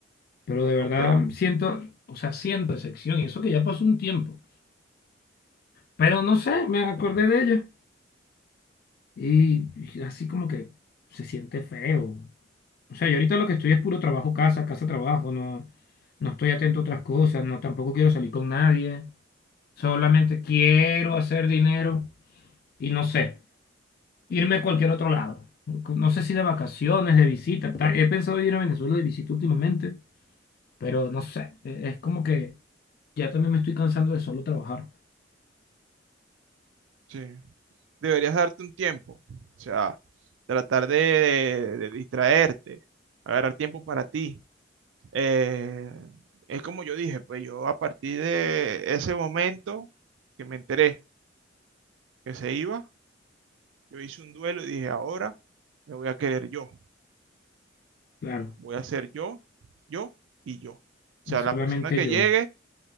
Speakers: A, on the left (about 50°); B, on the right (about 85°).
A: Pero de verdad
B: Nunca lo vamos.
A: siento, o sea, siento decepción y eso que ya pasó un tiempo. Pero no sé, me acordé de ella y y así como que se siente feo. O sea, yo ahorita lo que estoy es puro trabajo, casa, casa, trabajo, no, no estoy atento a otras cosas, no, tampoco quiero salir con nadie, solamente quiero hacer dinero y no sé, irme a cualquier otro lado. No sé si de vacaciones, de visita, tal. He pensado ir a Venezuela de visita últimamente, pero no sé, e- es como que ya también me estoy cansando de solo trabajar.
B: Sí. deberías darte un tiempo, o sea, tratar de, de- de distraerte, agarrar tiempo para ti. Eh, es como yo dije, pues yo a partir de ese momento que me enteré que se iba, yo hice un duelo y dije, ahora me voy a querer yo,
A: Claro,
B: voy a ser yo, yo y yo. O
A: y
B: sea,
A: solamente
B: la persona que
A: yo,
B: llegue,